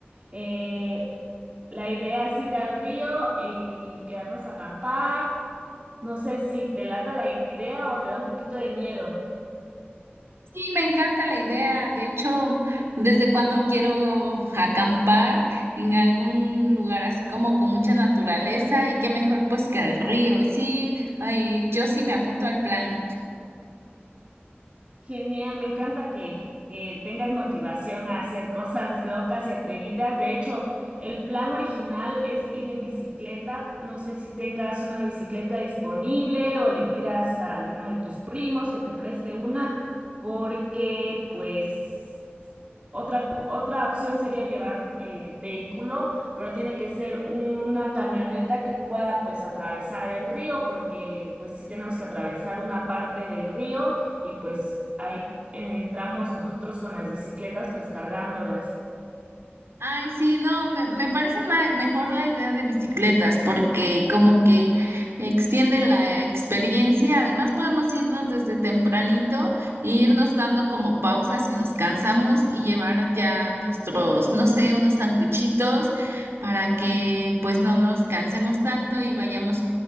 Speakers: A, on the right (about 30°); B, on the right (about 85°).
A: Eh, la idea es ir al río y quedarnos a acampar. No sé si te lata la idea o te da un poquito de miedo.
B: Sí, me encanta la idea. De hecho, desde cuando quiero acampar en algún lugar así como con mucha naturaleza y qué mejor pues que el río. Sí, ay, yo sí me apunto al plan.
A: Genial, me encanta que, que tengas motivación a hacer cosas locas y atrevidas. De hecho, el plan original es ir en bicicleta. No sé si tengas una bicicleta disponible o le pidas a alguno de tus primos que te preste una, porque pues otra, co- otra opción sería llevar eh, vehículo, pero tiene que ser una camioneta que pueda pues atravesar el río, porque pues sí tenemos que atravesar una parte del río y pues ahí eh, entramos nosotros con las bicicletas pues cargándolas.
B: Ay, sí, no, me, me parece ma- mejor la idea de bicicletas porque como que extiende la experiencia. Además, podemos irnos desde tempranito e irnos dando como pausas si nos cansamos y llevar ya nuestros, no sé, unos sanguichitos para que pues no nos cansemos tanto y vayamos